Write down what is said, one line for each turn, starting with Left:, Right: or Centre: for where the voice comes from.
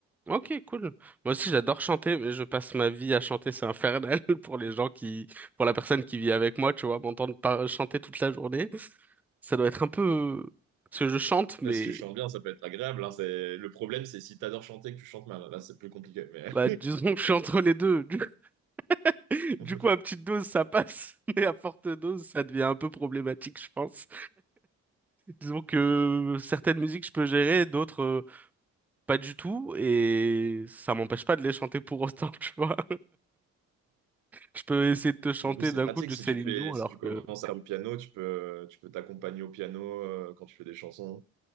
Centre: Ok, cool. Moi aussi, j'adore chanter, mais je passe ma vie à chanter. C'est infernal <laughs> pour les gens qui, pour la personne qui vit avec moi, tu vois, m'entendre pas chanter toute la journée. Ça doit être un peu, parce que je chante,
Right: Après,
Centre: mais,
Right: si tu chantes bien, ça peut être agréable. hein, c'est... Le problème, c'est si t'adores chanter que tu chantes mal. Là, c'est plus compliqué. Mais...
Centre: bah, disons que je suis entre les deux. <laughs> <laughs> Du
Right: <laughs>
Centre: coup, à petite dose, ça passe, <laughs> mais à forte dose, ça devient un peu problématique, je pense. Disons que certaines musiques, je peux gérer, d'autres, euh, pas du tout, et ça m'empêche pas de les chanter pour autant, <laughs> tu vois. Je peux essayer de te chanter
Right: En plus, c'est
Centre: d'un
Right: pratique.
Centre: coup du
Right: Si
Centre: Céline
Right: tu fais,
Centre: Dion, alors
Right: si tu commences
Centre: que
Right: à faire du piano, tu peux, tu peux t'accompagner au piano euh, quand tu fais des chansons.